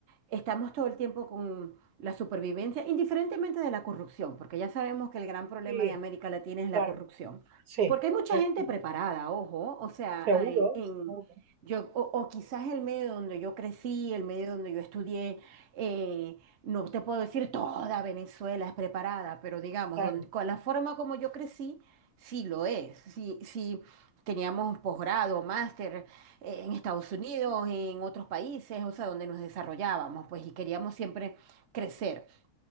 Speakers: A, on the right; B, on the right.
A: Estamos todo el tiempo con la supervivencia, indiferentemente de la corrupción, porque ya sabemos que el gran problema
B: Sí,
A: de América Latina es
B: claro,
A: la corrupción.
B: sí,
A: Porque hay
B: correcto.
A: mucha gente preparada, ojo, o sea,
B: Seguro,
A: en, en-
B: seguro,
A: yo, o, o quizás el medio donde yo crecí, el medio donde yo estudié, eh, no te puedo decir toda Venezuela es preparada, pero digamos,
B: claro.
A: donde- con la forma como yo crecí, sí lo es. Sí, sí teníamos posgrado, máster, eh, en Estados Unidos, en otros países, o sea, donde nos desarrollábamos, pues, y queríamos siempre crecer.